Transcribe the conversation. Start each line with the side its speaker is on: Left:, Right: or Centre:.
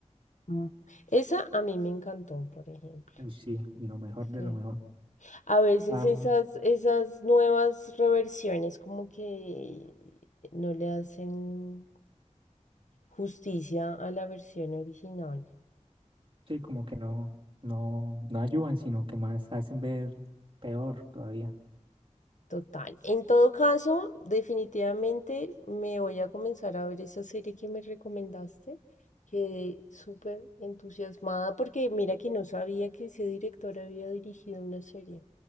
Left: Mm. Esa a mí me encantó, por ejemplo.
Right: uy, sí, y lo mejor de
Left: Sí.
Right: lo mejor.
Left: A veces
Right: Ah,
Left: esas, esas nuevas reversiones como que no le hacen justicia a la versión original.
Right: sí, como que no, no, no ayudan, sino que más hacen ver peor todavía.
Left: Total. En todo caso, definitivamente me voy a comenzar a ver esa serie que me recomendaste. Quedé súper entusiasmada porque mira que no sabía que ese director había dirigido una serie.